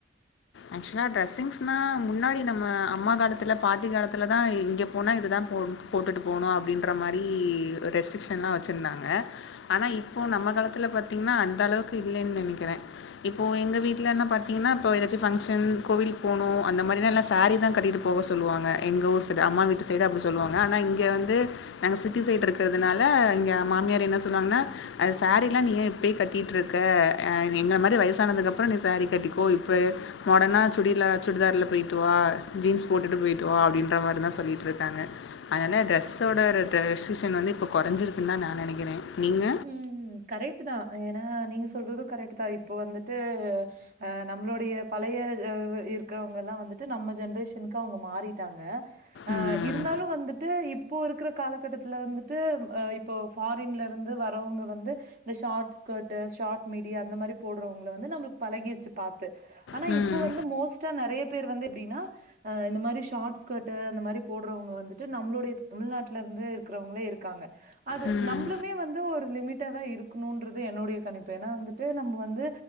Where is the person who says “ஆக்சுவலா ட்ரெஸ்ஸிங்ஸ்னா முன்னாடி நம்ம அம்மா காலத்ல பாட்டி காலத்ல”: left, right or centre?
Left